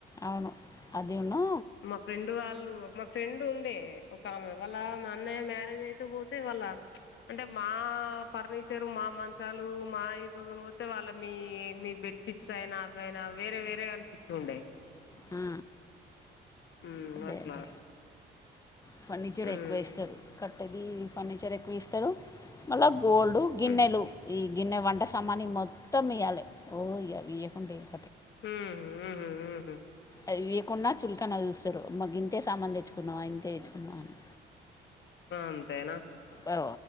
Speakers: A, on the left; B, on the left.
A: అవును అది అను
B: మా ఫ్రెండ్ వాళ్ళు మా ఫ్రెండ్ ఉండే ఒక ఆమె వాళ్ళ మా అన్నయ్య మ్యారేజ్ అయితే పోతే వాళ్ళ అంటే మా ఫర్నిచరు మా మంచాలు మా ఈజజ <unintelligible> పోస్తతే వాళ్ళ మీ మీ బెడ్ సిక్స్ అయినా అవ అయినా వేరే వేరేగా అనిపిస్తు ఉండేయి
A: ఆ
B: ఉం
A: అదే
B: అట్లా
A: అంటే ఫర్నిచర్
B: మ్మ్
A: ఎక్కువ ఇస్తారు కట్టది ఫర్నిచర్ ఎక్కువ ఇస్తారు మళ్ళా గోల్డు గిన్నెలు
B: మ్మ్
A: ఈ గిన్నె వంట సామాని మొత్తం ఇయ్యాలి ఓ ఇయ్యాలి ఇయ్యకుంటే <inaudible>
B: హ్మ్ హ్మ్ హ్మ్
A: అవి ఇయ్యకుండా చులకనా చూస్తారు మాకు ఇంతే సామాన్లు తెచ్చుకున్నావా ఇంతే తెచ్చుకున్నావా అని
B: అంతేనా
A: ఓ